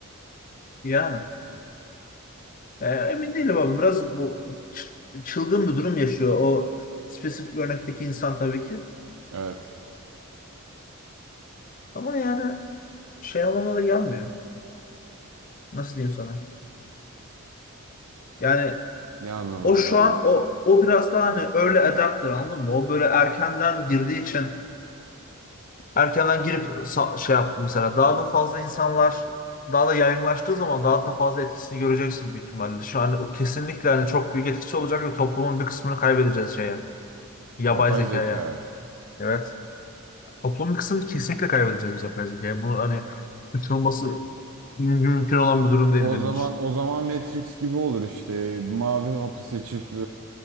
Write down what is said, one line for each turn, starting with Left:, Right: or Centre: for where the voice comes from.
Left: yani. E, emin değilim abi. Biraz bu ç- çılgın bir durum yaşıyor. O spesifik örnekteki insan tabii ki.
Right: Evet.
Left: Ama yani şey anlamına da gelmiyor. Nasıl diyeyim sana? Yani
Right: Ne anlamına
Left: o şu
Right: gelmiyor?
Left: an o o biraz daha hani early adapter anladın mı? O böyle erkenden girdiği için erkenden girip sa- şey yaptı mesela. Daha da fazla insanlar daha da yaygınlaştığı zaman daha da fazla etkisini göreceksin büyük ihtimalle. Şu an o kesinlikle hani çok büyük etkisi olacak ve toplumun bir kısmını kaybedeceğiz şeye. Yapay
Right: Yapay
Left: zekaya.
Right: zekaya.
Left: Evet. Toplumun bir kısmını kesinlikle kaybedeceğiz biz yapay zekaya. Bunu hani kaçınılması mümkün mümkün olan bir durum değil
Right: O
Left: benim
Right: zaman
Left: için.
Right: o zaman Matrix gibi olur işte. Mavi hapı seçip e,